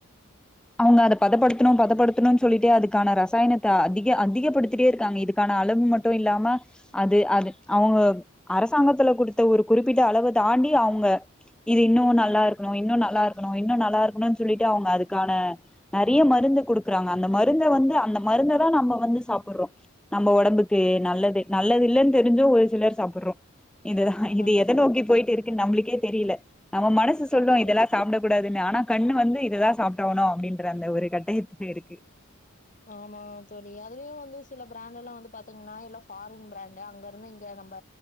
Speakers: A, in the centre; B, on the left (about 35°).
A: அவுங்க அத பதப்படுத்தணோ பதப்படுத்தணோம்னு சொல்லிட்டே அதுக்கான ரசாயனத்த அதிக அதிகப்படுத்திட்டே இருக்காங்க இதுக்கான அளவு மட்டு இல்லாம அது அது அவுங்க அரசாங்கத்துல குடுத்த ஒரு குறிப்பிட்ட அளவ தாண்டி அவுங்க இது இன்னோ நல்லா இருக்கணோ இன்னோ நல்லா இருக்கணோ இன்னோ நல்லா இருக்கணோனு சொல்லிட்டு அவுங்க அது க்கான நறைய மருந்து குடுக்குறாங்க அந்த மருந்த வந்து அந்த மருந்த தா நம்ம வந்து சாப்படுறோ நம்ம ஒடம்புக்கு நல்லது நல்லது இல்லன்னு தெரிஞ்சோ ஒரு சிலர் சாப்பிடுறோ இதுதா இது
B: கண்டிப்பா,
A: எத நோக்கி போயிட்டு இருக்குன்னு நம்மளுக்கே தெரியல நம்ம மனசு சொல்லும்
B: கண்டிப்பா.
A: இதெல்லாம் சாப்பிடக்க கூடாது இத ஆனா கண்ணு வந்து இததா சாப்பி னும் அப்படின்ற அந்த ஒரு கட்டயத்துல இருக்கு
B: ஆமா தோலி அதுலுயோ வந்து சில பிராண்டட்லா வந்து பாத்தீங்கன்னா எல்லாம் ஃபாரின் பிராண்டு அங்க இருந்து இங்க நம்ம